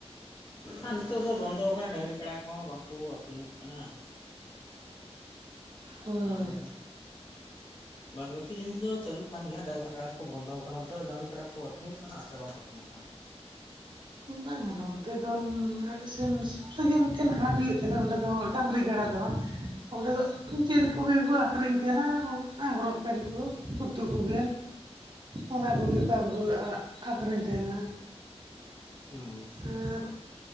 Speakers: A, on the left; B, on the right.
A: ᱟᱨ ᱱᱤᱛᱳᱜ ᱫᱚ ᱵᱚᱱᱫᱚᱣ ᱠᱟᱱᱟ ᱰᱟᱹᱝᱨᱤ ᱠᱟᱲᱟ ᱠᱚᱦᱚᱸ ᱵᱟᱝᱠᱚ ᱟᱹᱠᱷᱨᱤᱧᱚᱜ ᱠᱟᱱᱟ᱾
B: ᱦᱳᱭ
A: ᱟᱨ
B: <inaudible>
A: ᱵᱟᱫᱽ ᱵᱟᱹᱠᱤ ᱡᱤᱱᱤᱥ ᱫᱚ ᱪᱟᱹᱞᱩᱜ ᱠᱟᱱ ᱜᱮᱭᱟ ᱰᱟᱹᱝᱨᱤ ᱠᱟᱲᱟ ᱠᱚ ᱵᱚᱱᱫᱚ ᱟᱠᱟᱱᱟ ᱚᱱᱛᱮ ᱫᱚ ᱰᱟᱹᱝᱨᱤ ᱠᱟᱲᱟ ᱠᱚ ᱟᱹᱷᱨᱤᱧᱚᱜ ᱠᱟᱱᱟ ᱥᱮ ᱵᱟᱝᱠᱚ ᱟᱹᱠᱷᱨᱤᱧᱚᱜ ᱠᱟᱱᱟ?
B: ᱵᱟᱝᱟ ᱱᱚᱱᱛᱮ ᱫᱚᱱ ᱟᱞᱮ ᱥᱮᱱ ᱥᱩᱫᱩ ᱢᱤᱫᱴᱮᱱ ᱦᱟᱴ ᱦᱩᱭᱩᱜ ᱛᱟᱸᱦᱮᱱᱟ ᱚᱸᱰᱮ ᱫᱚ ᱰᱟᱹᱟᱝᱨᱤ ᱠᱟᱲᱟ ᱫᱚ ᱵᱟᱝ᱾ ᱚᱸᱰᱮ ᱫᱚ ᱡᱤᱞ ᱠᱚᱜᱮ ᱠᱚ ᱟᱠᱷᱨᱤᱧ ᱛᱟᱸᱦᱮᱱᱟ ᱟᱸᱜᱽᱨᱚᱵ ᱯᱮᱱ ᱠᱚ ᱩᱛᱩ ᱠᱚᱜᱮ᱾ ᱚᱱᱟ ᱠᱚᱜᱮ ᱠᱚ ᱟᱜᱩ, ᱟᱠᱷᱨᱤᱧ ᱛᱟᱸᱦᱮᱱᱟ᱾
A: ᱦᱩᱸ᱾
B: ᱟᱨ